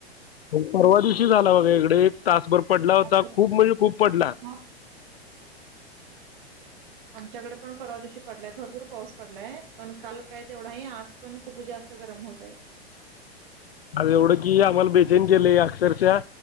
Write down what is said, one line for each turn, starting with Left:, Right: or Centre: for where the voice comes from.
Left: परवा दिवशी झाला बघा इकडे एक तासभर पडला होता
Right: आज
Left: खूप म्हणजे खूप पडला
Right: हा, आमच्याकडे पण परवा दिवशी पडलाय भरपूर पाऊस पडलाय पण काल काय तेवढाही आज पण खूप जास्त गरम होत आहे
Left: आ एवढं कि आम्हाला बेचन केलेय अक्षरशः